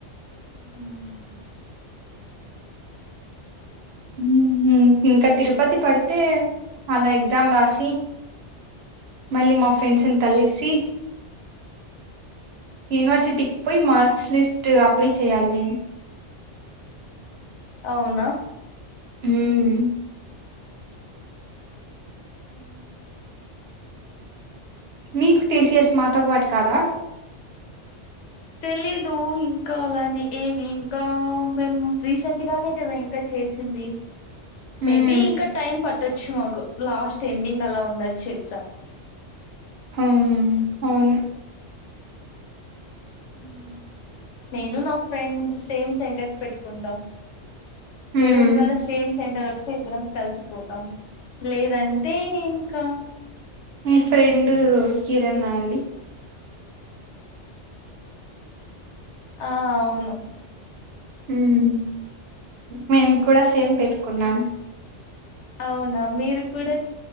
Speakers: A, on the left; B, on the right.
A: ఉమ్
B: ఉమ్ ఇంకా తిరుపతి పడితే అలా ఎగ్జామ్ రాసి మళ్ళీ మా ఫ్రెండ్స్ని కలిసి యూనివర్సిటీకి పోయి మార్క్స్ లిస్ట్ అప్లై చేయాలి నేన్
A: అవునా
B: ఉమ్
A: ఉమ్
B: మీకు టీసీఎస్ మాతోపాటి కాదా
A: తెలీదు ఇంకా అలాని ఏమి ఇంకా మేము రీసెంట్ గానే కదా ఇంకా చేసింది
B: ఉమ్
A: మే బి ఇంకా టైమ్ పట్ పెట్టొచ్చు మాకు లాస్ట్ ఎండింగ్ అలా ఉండొచ్చు ఎగ్జామ్
B: హా అవును
A: ఉమ్ నేను నా ఫ్రెండ్ సేమ్ సెంటర్స్ పెట్టుకుంటాం
B: ఉమ్
A: దేవుడు వల్ల సేమ్ సెంటర్ వస్తే ఇద్దరం కలిసిపోతాం లేదంటే ఇంకా
B: మీ ఫ్రెండు కిరణ అండి
A: ఆ అవును
B: ఉమ్ మేము కూడా సేమ్ పెట్టుకున్నాం
A: అవునా మీరు కూడా